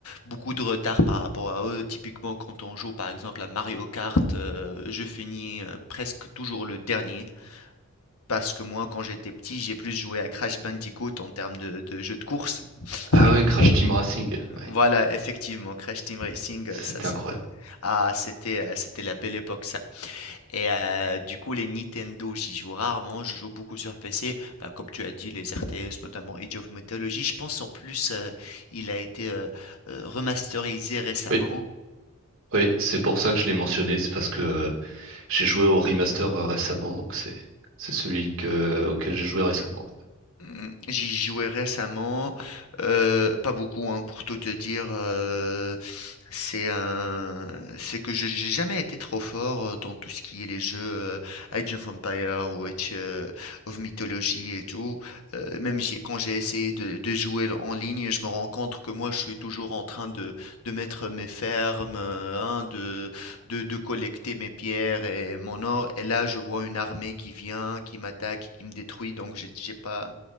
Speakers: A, on the left (about 80°); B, on the right (about 65°).
A: beaucoup de retard par rapport à eux. Typiquement, quand on joue par exemple à Mario Kart, euh, je finis euh, presque toujours le dernier. Parce que moi, quand j'étais petit, j'ai plus joué à Crash Bandicoot en termes de, de jeu de course. <laughs>
B: Ah oui, Crash Team Racing. Oui,
A: Voilà, effectivement, Crash Team Racing,
B: c'était
A: euh, ça c'était.
B: incroyable.
A: Ah, c'était euh, c'était la belle époque. Ça, et heu, du coup, les Nintendo, j'y joue rarement, je joue beaucoup sur PC. Bah, comme tu as dit, les RTS, notamment Age of Mythology, je pense en plus, heu, il a été, heu heu, remasterisé récemment
B: Oui, oui, c'est pour ça que je l'ai mentionné. C'est parce que euh, j'ai joué au remaster euh, récemment, donc c'est c'est celui que, auquel j'ai joué récemment.
A: Mmh, j'y jouais récemment, heu, pas beaucoup, hein, pour tout te dire, heu, c'est un c'est que je j'ai jamais été trop fort, heu, dans tout ce qui est les jeux, heu, Age of Empires ou Age, heu, of Mythology et tout, heu, même j'ai quand j'ai essayé de de jouer en ligne, je me rends compte que moi, je suis toujours en train de de mettre mes fermes, heu, hein, de de de collecter mes pierres et mon or et là, je vois une armée qui vient, qui m'attaque, qui me détruit donc j'ai j'ai pas